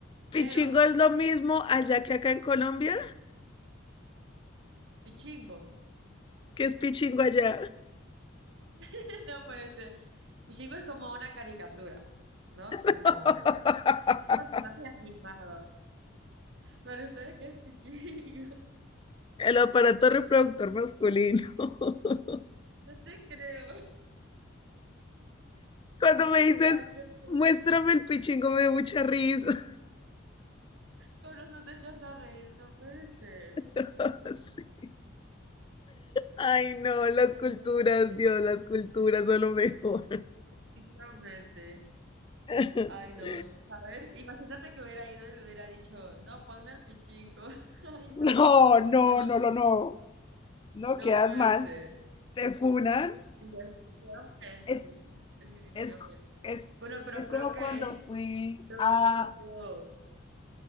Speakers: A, on the left; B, on the right.
A: Pichingo
B: Pero,
A: es lo mismo allá que acá en Colombia.
B: pichingo,
A: ¿Qué es pichingo allá?
B: <laughs> no puede ser. Pichingo es como una caricatura, ¿no? Como
A: <laughs>
B: un personaje animado. Para ustedes, ¿qué es pichingo? <laughs>
A: El aparato reproductor masculino. <laughs>
B: No te creo.
A: Cuando
B: Oh
A: me
B: my
A: dices,
B: God, qué pena.
A: muéstrame el pichingo, me da mucha risa.
B: Pero eso te echaste a reír, no puede ser.
A: <laughs> Sí. Ay, no, las
B: Ay,
A: culturas,
B: no,
A: Dios, las culturas son lo mejor.
B: definitivamente.
A: <laughs>
B: Ay, no. ¿Sabes? Imagínate que hubiera ido y le hubiera dicho, no, ponme al pichingo. <laughs> Ay, no.
A: No, no,
B: Te imag-
A: no, no, no. No
B: No
A: quedas
B: puede
A: mal,
B: ser.
A: te funan.
B: Sí, definitivamente.
A: Es,
B: Definitivamente.
A: es, es,
B: Bueno, pero
A: es
B: creo
A: como
B: que,
A: cuando fui
B: <laughs> creo
A: a,
B: que esto ha sido.